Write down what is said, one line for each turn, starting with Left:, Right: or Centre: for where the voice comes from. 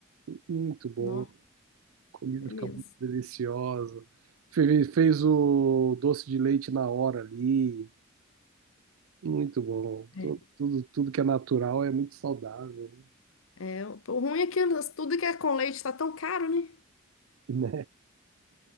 Right: Muito bom.
Left: Não,
Right: A comida
Left: é
Right: fica
Left: mesmo.
Right: muito deliciosa. Fe- Fez o doce de leite na hora ali. Muito bom.
Left: É.
Right: Tu- Tudo, tudo que é natural é muito saudável,
Left: É, o o ruim é que tudo que é com leite tá tão caro, né?
Right: né?